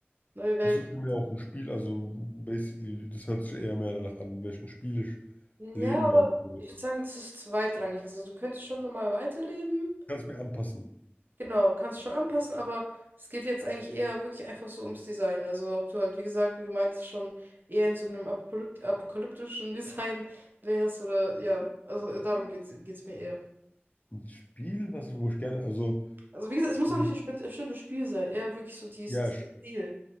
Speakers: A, on the right; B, on the left.
A: neue Welt.
B: hast du ich mir auch ein Spiel, also basically, das hört sich eher mehr danach an, welchen Spiel ich
A: Ja,
B: leben
A: aber
B: wollen würde.
A: ich würde sagen, das ist zweitrangig. Also, du könntest schon normal weiterleben.
B: Kannst mir anpassen.
A: Genau, du kannst es schon anpassen, aber es geht jetzt eigentlich eher wirklich einfach so ums Design. Also ob du halt, wie gesagt, wie du meintest, schon eher in so einem apokalypt apokalyptischen <laughs> Design wärst oder ja, also äh, darum geht's, geht's mir eher.
B: Ein Spiel, was ich, wo ich gerne, also,
A: Also wie gesagt, es muss
B: Mhm.
A: auch nicht ein spe- bestimmtes Spiel sein, eher wirklich so die, S-
B: ja, ich,
A: der Stil.